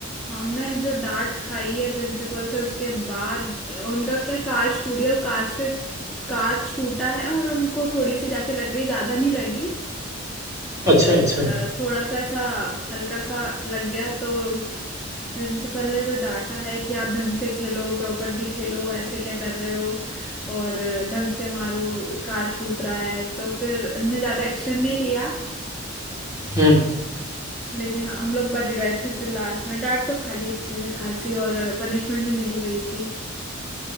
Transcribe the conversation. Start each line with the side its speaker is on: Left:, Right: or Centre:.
Centre: हमने जो डांट खाई है प्रिंसिपल से उसके बाद उनका क्या कांच टूट गया वो कांच तो- कांच टूटा है और उनको थोड़ी सी जाके लग गई ज्यादा नहीं लगी
Right: अच्छा
Centre: और,
Right: अच्छा
Centre: अ, थोड़ा सा ऐसा हल्का सा लग गया तो प्रिंसिपल ने जो डांटा है कि आप ढंग से खेलो प्रॉपरली खेलो ऐसे क्या कर रहे हो और अ, ढंग से मारो कांच टूट रहा है तो फिर इनने ज्यादा एक्शन नहीं लिया
Right: हम्म
Centre: लेकिन हम लोग बच गए थे फिर लास्ट में डांट तो खा ली अच्छे से खासी और पनिशमेंट भी मिली गई थी